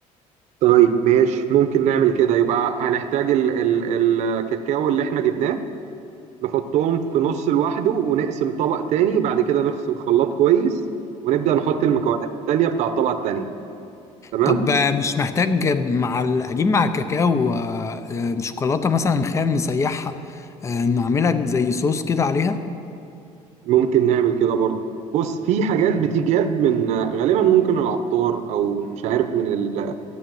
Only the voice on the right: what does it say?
طيب ماشي ممكن نعمل كده يبقى هنحتاج ال... ال... الكاكاو اللي احنا جبناه نحطهم في نص لوحده ونقسم طبق تاني بعد كده نغسل الخلاط كويس ونبدا نحط المكونات التانيه بتاع الطبقه التانيه تمام
ممكن نعمل كده برضو بص في حاجات بتجاب من غالبا ممكن العطار او مش عارف من ال...